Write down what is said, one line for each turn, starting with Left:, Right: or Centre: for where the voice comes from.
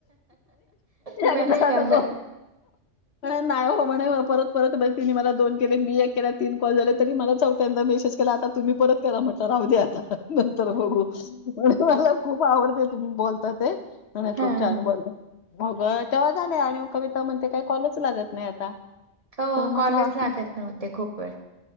Right: बरं
Left: एकदा
Right: आहे राव
Left: तो नाही हो म्हणे परत परत बज तिने मला दोन केले मी एक केला तीन कॉल झाले. तरी मला चौथ्यांदा मेसेज केला. आता तुम्ही परत करा म्हटलं राहू दे आता नंतर बघू प मला खूप आवडते. तुम्ही बोलता ते म
Right: हा
Left: खूप छान
Right: हा.
Left: बोलत. अगं तेव्हा झाले आणि कविता म्हणते काय कॉलच लागत नाही आता
Right: हो
Left: तर म्हटलं
Right: कॉलेच लागत नव्हते. खूप वेळ